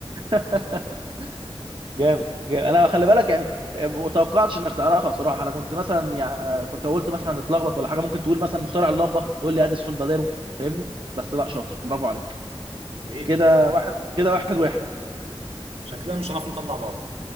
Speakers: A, on the right; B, on the right.
A: <laughs> جامد جامد انا خلي بالك يعني ما توقعتش انك تعرفها بصراحه انا كنت مثلا يعني كنت قلت مثلا اتلخبط ولا حاجه ممكن تقول مثلا مخترع اللمبه تقول لي اديسون باديرو فاهمني بس لا شاطر برافو عليك
B: حبيبي
A: كده واحد كده واحد واحد
B: شكلنا مش هنعرف نطلع بعض